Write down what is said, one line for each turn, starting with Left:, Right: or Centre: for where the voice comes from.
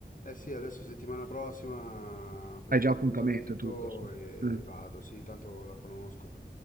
Left: Eh sì, adesso settimana prossima prendo
Right: Hai già
Left: l'appuntamento
Right: appuntamento e tutto. sì.
Left: e
Right: Mm.
Left: vado, sì, tanto la conosco.